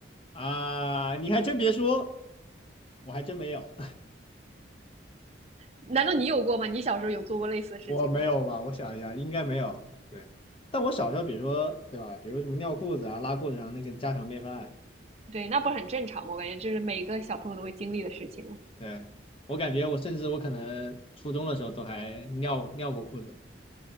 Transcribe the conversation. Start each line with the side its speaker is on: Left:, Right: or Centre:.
Left: 啊，你还真别说，我还真没有，
Right: 难道你有过吗？你小时候有做过类似的事情吗？
Left: <laughs> 我没有吧？我想一下，应该没有。对。但我小时候，比如说，对吧？比如什么尿裤子啊、拉裤子上那个家常便饭，
Right: 对，那不是很正常吗？我感觉这是每个小朋友都会经历的事情。
Left: 对，我感觉我甚至我可能初中的时候都还尿尿过裤子，